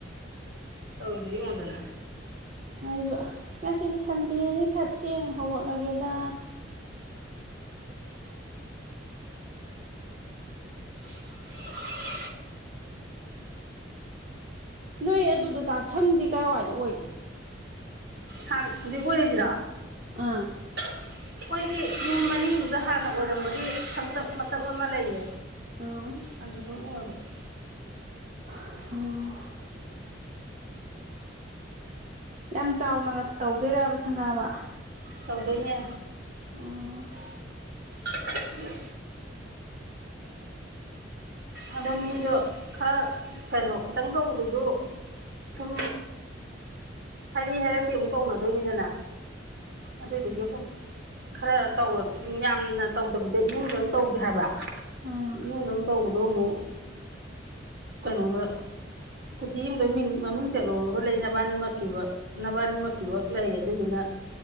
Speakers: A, on the right; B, on the right.
A: ꯇꯧꯗꯦ ꯌꯦꯡꯉꯣꯗꯅ
B: ꯑꯩꯁꯨ ꯑꯁ ꯉꯁꯤꯗꯤ ꯁꯟꯗꯦꯅꯤ ꯈꯔ ꯊꯦꯡꯅ ꯍꯧꯒꯠꯂꯒꯦꯗ
A: <unintelligible>
B: ꯅꯣꯏ ꯑꯗꯨꯗ ꯆꯥꯛꯁꯪꯗꯤ ꯀꯗꯥꯥꯏꯋꯥꯏꯗ ꯑꯣꯏꯒꯦ
A: ꯍꯖꯤ ꯀꯔꯤꯁꯤꯔꯥ
B: ꯑꯥ
A: ꯑꯩꯈꯣꯏꯒꯤ ꯌꯨꯝ ꯃꯅꯨꯡꯅꯤꯡꯗꯨꯗ ꯍꯥꯟꯅ ꯑꯣꯏꯔꯝꯕꯒꯤ ꯁꯪꯆꯞ ꯃꯁꯞ ꯑꯃ ꯂꯩꯌꯦ
B: ꯑꯣ
A: ꯐꯟꯗꯝ ꯎꯔꯕꯨ <inaudible>
B: ꯑꯣ ꯌꯥꯝ ꯆꯥꯎꯅꯒ ꯇꯧꯗꯣꯏꯕ ꯁꯪꯒꯥꯕ
A: ꯇꯧꯗꯣꯏꯅꯦ
B: ꯎꯝ
A: ꯎꯝ ꯑꯗꯣ ꯃꯤꯗꯣ ꯈꯔ ꯀꯩꯅꯣ ꯈꯤꯇꯪ ꯇꯧꯕꯗꯨꯁꯨ ꯁꯨꯝ ꯍꯥꯏꯔꯛ ꯍꯥꯏꯔꯛꯇꯤ ꯑꯃꯨꯛ ꯇꯧꯅꯗꯣꯏꯅꯤꯗꯅ ꯑꯗꯨꯗꯨꯒꯤ ꯑꯩꯈꯣꯏ ꯈꯔ ꯇꯧ ꯌꯥꯝꯅ ꯇꯧꯗꯕꯤꯗ ꯏꯃꯨꯡꯗꯪ ꯇꯧꯁꯦ ꯍꯥꯏꯕ
B: ꯑꯥ
A: ꯏꯃꯨꯡꯗꯪ ꯇꯧꯕꯗ ꯑꯗꯣ ꯑꯃꯨꯛ ꯀꯩꯅꯣꯗ ꯀꯊꯤ ꯑꯃꯗ ꯃꯤꯡ ꯃꯃꯤꯡ ꯆꯠꯂꯨꯔꯔꯕ ꯂꯩ ꯅꯕꯥꯅꯤꯃꯛꯀꯤꯕ ꯅꯕꯥꯅꯤꯃꯛꯀꯤꯐ ꯂꯩ ꯑꯗꯨꯗꯨꯅ